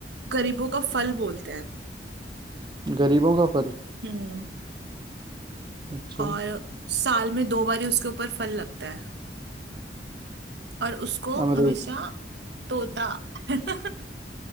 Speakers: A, on the right (about 75°); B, on the right (about 25°).
A: गरीबों का फल बोलते हैं
B: गरीबों का फल
A: हम्म
B: अच्छा
A: और साल में दो बार ही उसके ऊपर फल लगता है और उसको
B: अमरूद
A: हमेशा तोता <laughs>